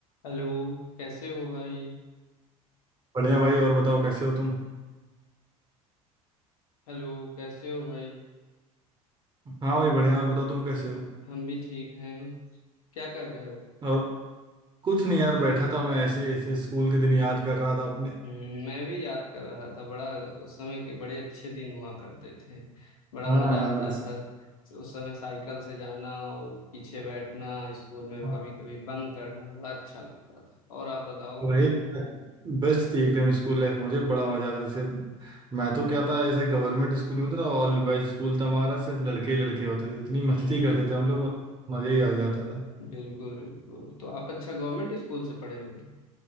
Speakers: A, on the left; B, on the right.
A: Hello कैसे हो भाई
B: बढ़िया भाई और बताओ कैसे हो तुम
A: हेलो कैसे हो भाई
B: हाँ भाई बढ़िया और बताओ तुम कैसे हो
A: हम भी ठीक हैं क्या कर रहे हो
B: और कुछ नहीं यार बैठा था मैं ऐसे ही ऐसे स्कूल के दिन याद कर रहा था अपने
A: हम्म, मैं भी याद कर रहा था बड़ा उस समय के बड़े अच्छे दिन हुआ करते थे बड़ा
B: हाँ
A: मजा
B: यार
A: आता
B: इस-
A: था उस समय साइकिल से जाना और पीछे बैठना स्कूल में
B: हाँ
A: कभी कभी बंक करना बड़ा अच्छा लगता था और आप बताओ
B: वही बेस्ट थी एकदम स्कूल लाइफ मुझे बड़ा मजा आता था जैसे मैं तो क्या था ऐसे गवर्नमेंट स्कूल में था ऑल बॉयज स्कूल था हमारा सिर्फ लड़के ही लड़के होते थे इतनी मस्ती
A: हम्म
B: करते थे हम लोग मतलब मजा ही आ जाता था
A: बिल्कुल बिल्कुल तो आप अच्छा गवर्नमेंट स्कूल से पढ़े हुए हैं?